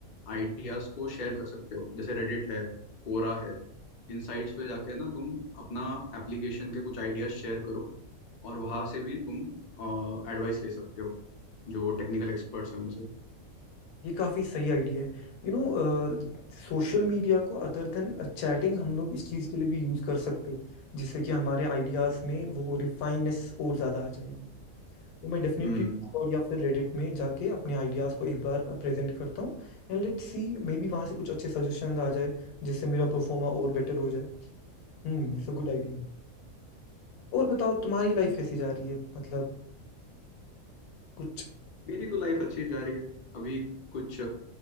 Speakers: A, on the left; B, on the left.
A: आइडियाज़ को शेयर कर सकते हो जैसे रेडिट है कोरा है इन साइट्स पे जाके ना तुम अपना एप्लीकेशन के कुछ आइडियाज़ शेयर करो और वहाँ से भी तुम एडवाइस ले सकते हो जो टेक्निकल एक्सपर्ट्स हैं उनसे
B: ये काफ़ी सही आइडिया है यू नो सोशल मीडिया को अदर देन चैटिंग हम लोग इस चीज़ के लिए भी यूज़ कर सकते जिससे कि हमारे आइडियाज़ में वो रिफाइननेस और ज़्यादा आ जाएगी तो मैं डेफिनेटली
A: हम्म
B: डिस्कॉर्ड या फिर रेडिट में जाके अपने आइडियाज़ को एक बार प्रेजेंट करता हूँ And let's see maybe वहाँ से कुछ अच्छे सजेशन आ जाए जिससे मेरा परफॉर्मा और बेटर हो जाए Hmm it's a good idea और बताओ तुम्हारी लाइफ कैसी जा रही है मतलब कुछ
A: मेरी तो लाइफ अच्छी जा रही है अभी कुछ